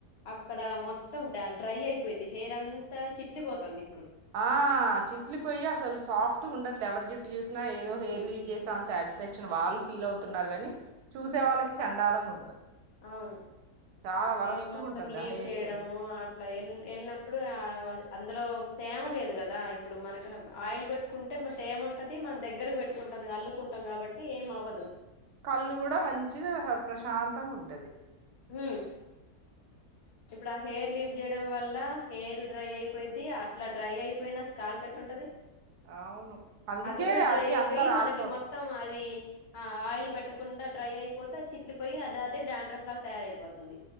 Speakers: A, on the left; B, on the right.
A: అక్కడ మొత్తం డ డ్రై అయిపోయిద్ది, హెయిర్ అంతా చిట్లిపోతంది ఇప్పుడు.
B: ఆ చిట్లిపోయి అసలు సాఫ్ట్గుండట్లే ఎవరి జుట్ ఇ చూసిన ఏదో
A: ఉమ్,
B: హయిర్ వ్ చేస్తా అ శాడ్స్ శక్షన్ వాళ్ళు ఫీల్ అవుతున్నారు కాని చూసే వాళ్ళకి చండాలంగా ఉంటది
A: అవును
B: చాలా వరస్ట్గా
A: పేరు మొత్తం
B: ఉంటుంది
A: లీవ్
B: ఆ హెయిర్
A: చేయడము
B: స్టైల్
A: అట్లా వె వెళ్ళినప్పుడు అందులో తేమ లేదు కదా, ఇప్పుడు మనకి ఆయిల్ పెట్టుకుంటే మన తేమ ఉంటది మన దగ్గరకు పెట్టుకుంటుంది అల్లుకుంటాం కాబట్టి ఏం అవ్వదు.
B: కళ్ళు కూడా మంచిగా ప్రశాంత్ మొత్తంగా ఉంటది
A: మ్ ఇప్పుడు ఆ హెయిర్ లీప్ చేయడం వల్ల హెయిర్ డ్రై అయిపోయిద్ది, అట్లా డ్రై అయిపోయినా స్కాల్ప్ ఎట్లుంటది
B: అవును అందుకే
A: అది కూడా డ్రై అయిపోయి
B: అంతా రాలిపోతుంది
A: మనకి మొత్తం అది ఆ ఆయిల్ బట్ట కాకుండా డ్రై అయిపోతే, చిట్లిపోయి అదిదే డా్యాండ్ర ఫ్లాగా తయారైపోతుంది.